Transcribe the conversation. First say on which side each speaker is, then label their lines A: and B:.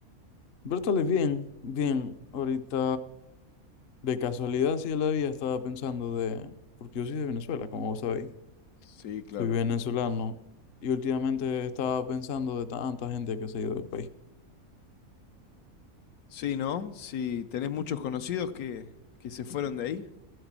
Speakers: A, on the left; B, on the left.
A: Pero estale bien, bien. Ahorita, de casualidad, sí de la vida estaba pensando de... Porque yo soy de Venezuela, como vos sabéis.
B: Sí, claro.
A: Soy venezolano. Y últimamente estaba pensando de tanta gente que se ha ido del país.
B: Sí, ¿no? Sí, ¿tenés muchos conocidos que, que se fueron de ahí?